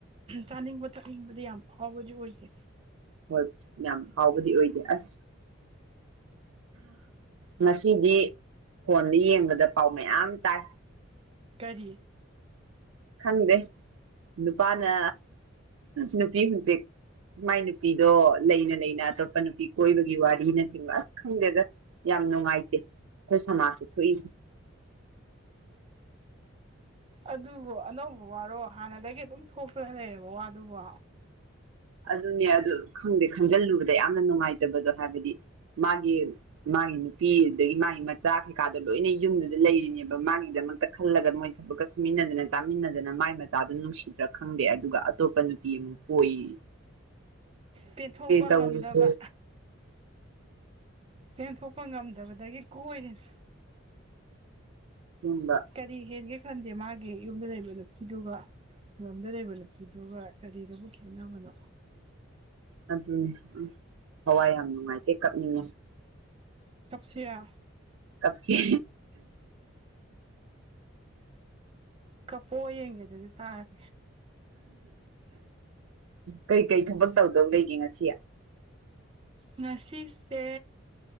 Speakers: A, on the right; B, on the right.
A: ꯆꯥꯅꯤꯡꯕ ꯊꯛꯅꯤꯡꯕꯗꯤ ꯌꯥꯝ ꯐꯥꯎꯕꯗꯤ ꯑꯣꯏꯗꯦ
B: ꯍꯣꯏ ꯌꯥꯝ ꯍꯥꯎꯕꯗꯤ ꯑꯣꯏꯗꯦ ꯑꯁ ꯉꯁꯤꯗꯤ ꯐꯣꯟꯗ ꯌꯦꯡꯕꯗ ꯄꯥꯎ ꯃꯌꯥꯝ ꯇꯥꯏ
A: ꯀꯔꯤ
B: ꯈꯪꯗꯦ ꯅꯨꯄꯥꯅ ꯅꯨꯄꯤ ꯍꯧꯖꯤꯤ ꯃꯥꯏ ꯅꯨꯄꯤꯗꯣ ꯂꯩꯅ ꯂꯩꯅ ꯑꯇꯣꯞꯄ ꯅꯨꯄꯤ ꯀꯣꯏꯕꯒꯤ ꯋꯥꯔꯤꯅꯆꯤꯡꯕ ꯑꯁ ꯈꯪꯗꯦꯗ ꯌꯥꯝ ꯅꯨꯡꯉꯥꯏꯇꯦ ꯑꯩꯈꯣꯏ ꯁꯃꯥꯖꯁꯤꯦ ꯊꯣꯛꯏ
A: ꯑꯗꯨꯕꯨ ꯑꯅꯧꯕ ꯋꯥꯔꯣ ꯍꯥꯟꯅꯗꯒꯤ ꯑꯗꯨꯝ ꯊꯣꯛꯇꯅ ꯂꯩꯔꯦꯕ ꯋꯥꯗꯨꯕꯣ
B: ꯑꯗꯨꯅꯦ ꯑꯗꯨ ꯈꯪꯗꯦ ꯈꯪꯖꯤꯜꯂꯨꯕꯗ ꯌꯥꯝꯅ ꯅꯨꯡꯉꯥꯏꯇꯕꯗꯣ ꯍꯥꯏꯕꯗꯤ ꯃꯥꯒꯤ ꯃꯥꯒꯤ ꯅꯨꯄꯤ ꯑꯗꯨꯗꯒꯤ ꯃꯥꯒꯤ ꯃꯆꯥ ꯀꯩꯀꯥꯗꯣ ꯂꯣꯏꯅ ꯌꯨꯝꯗꯨꯗ ꯂꯩꯔꯤꯅꯦꯕ ꯃꯥꯒꯤꯗꯃꯛꯇ ꯈꯜꯂꯒ ꯃꯣꯏ ꯊꯕꯛꯀ ꯁꯨꯃꯤꯟꯅꯗꯅ ꯆꯥꯃꯤꯟꯅꯗꯅ ꯃꯥꯏ ꯃꯆꯥꯗꯨꯣ ꯅꯨꯡꯁꯤꯗ꯭ꯔꯥ ꯈꯪꯗꯦ ꯑꯗꯨꯒ ꯑꯇꯣꯞꯄ ꯅꯨꯄꯤ ꯑꯃꯨꯛ ꯑꯣꯏꯣꯏ
A: ꯄꯦꯟꯊꯣꯛꯄ
B: ꯇꯧꯔꯤꯁꯦ
A: ꯉꯝꯗꯕ ꯄꯦꯟꯊꯣꯛꯄ ꯉꯝꯗꯕꯗꯒꯤ ꯀꯣꯏꯔꯦꯅꯦ
B: ꯍꯝꯕ
A: ꯀꯔꯤ ꯍꯦꯟꯒꯦ ꯈꯟꯗꯦ ꯃꯥꯒꯤ ꯌꯨꯝꯗ ꯂꯩꯕ ꯅꯨꯄꯤꯗꯨꯒ ꯂꯝꯨꯡꯝꯗ ꯂꯩꯕ ꯅꯨꯄꯤꯗꯨꯒ ꯀꯔꯤꯗꯕꯨ ꯈꯦꯠꯅꯕꯅꯣ
B: ꯑꯗꯨꯅꯦ ꯑꯁ ꯍꯋꯥꯏ ꯌꯥꯝ ꯅꯨꯡꯉꯥꯏꯇꯦ ꯀꯛꯅꯤꯡꯉꯦ
A: ꯇꯞꯁꯤꯔꯥ
B: ꯀꯛꯦ
A: ꯀꯄꯣ ꯌꯦꯡꯒꯦ ꯑꯗꯨꯗꯤ ꯇꯥꯔꯦ
B: ꯀꯩꯀꯩ ꯊꯕꯛ ꯇꯧꯗꯧ ꯂꯩꯒꯦ ꯉꯁꯤ
A: ꯉꯁꯤꯁꯦ